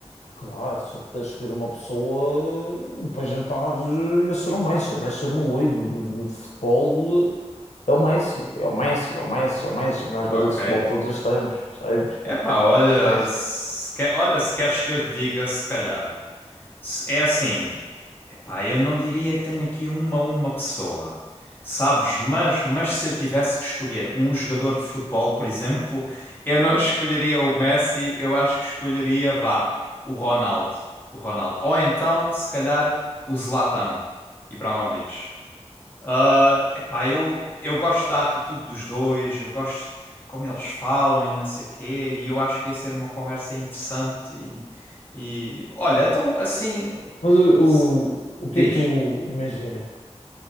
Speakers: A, on the left (about 80°); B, on the left (about 15°).
A: Claro, se eu pudesse escolher uma pessoa eh, para jantar, eh, ia ser o Messi. O Messi é o meu ídolo de futebol. eh, É o Messi, é o Messi, é o Messi, é o Messi, o melhor jogador
B: Ok.
A: de futebol de todos os tempos, percebes?
B: Epá, olha,
A: Messi.
B: se quer- olha, se queres que eu diga, se calhar. Se- É assim, epá, eu não diria que tenho aqui uma uma pessoa, sabes? Mas, mas se eu tivesse que escolher um jogador de futebol, por exemplo, <laughs> eu não escolheria o Messi, eu acho que escolheria, vá, o Ronaldo, o Ronaldo. Ou então, se calhar, o Zlatan Ibrahimovic. Ah, epá, eu, eu gosto da atitude dos dois, eu gosto como eles falam e não sei o quê, e eu acho que ia ser uma conversa interessante e, e olha, então assim
A: Mas o,
B: s-
A: o, o
B: diz.
A: que é que tu imaginas?